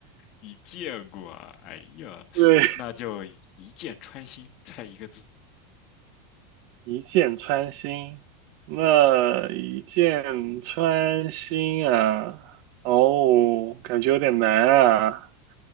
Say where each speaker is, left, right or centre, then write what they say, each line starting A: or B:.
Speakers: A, on the left; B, on the right.
A: 你见过啊？哎呀，
B: 对，
A: 那就一箭穿心，<laughs> 猜一个字，
B: 一箭穿心，那一箭穿心啊，哦，感觉有点难啊。